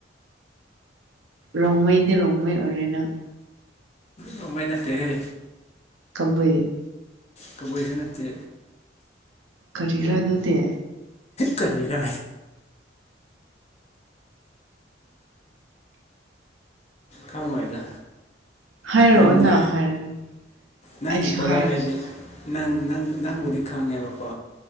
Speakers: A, on the right; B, on the left.
A: ꯔꯣꯡꯃꯩꯗꯤ ꯔꯣꯡꯃꯩ ꯑꯣꯏꯔꯦ ꯅꯪ
B: ꯔꯣꯡꯃꯩ ꯅꯠꯇꯦꯍꯦ
A: ꯀꯕꯨꯢ
B: ꯀꯕꯨꯏꯁꯨ ꯅꯠꯇꯦ
A: ꯀꯔꯤꯔ ꯑꯗꯨꯗꯤ
B: ꯀꯔꯤꯔꯦ ꯈꯪꯉꯣꯏꯗ
A: ꯍꯥꯏꯔꯛꯑꯣꯅ
B: ꯅꯪꯗꯤ
A: ꯍꯥꯏꯔꯅꯤ
B: ꯅꯪꯒꯤ
A: ꯑꯩꯁꯨ
B: ꯀꯣꯂꯔ
A: ꯍꯥꯏꯔꯣꯏ
B: ꯍꯥꯏꯗꯤ ꯅꯪ ꯅꯪ ꯅꯪꯕꯨꯗꯤ ꯈꯪꯉꯦꯕꯀꯣ